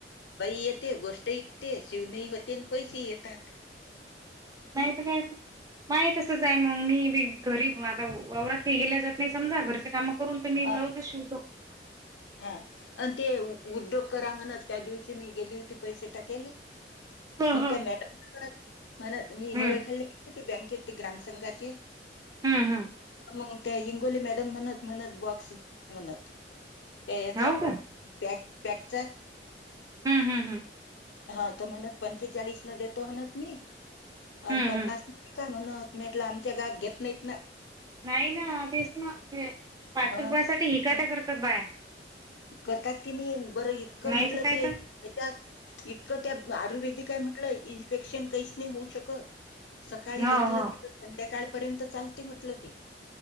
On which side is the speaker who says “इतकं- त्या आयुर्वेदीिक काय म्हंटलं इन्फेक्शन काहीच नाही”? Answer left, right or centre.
Left